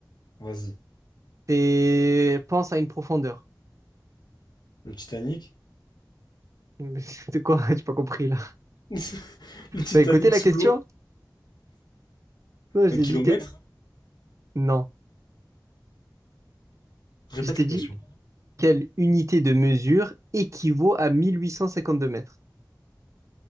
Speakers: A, on the left; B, on the right.
A: Vas-y.
B: C'est pense à une profondeur.
A: Le Titanic?
B: <laughs> De quoi? J'ai pas compris là.
A: <laughs> Le Titanic
B: T'as écouté la
A: sous
B: question?
A: l'eau?
B: Non, je
A: Un
B: t'ai
A: kilomètre?
B: dit que... Non.
A: Répète
B: Je t'ai
A: la
B: dit
A: question.
B: quelle unité de mesure équivaut à 1852 mètres.